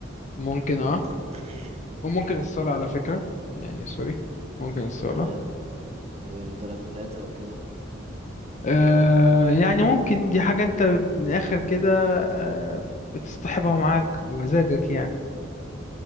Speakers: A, on the left; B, on the right.
A: ممكن اه
B: <coughs>
A: وممكن الصالة على فكرة يعني سوري ممكن الصالة
B: تمام والبلكونات أو كده
A: آه يعني ممكن دي حاجة انت من الآخر كده آه بتصطحبها معاك بمزاجك يعني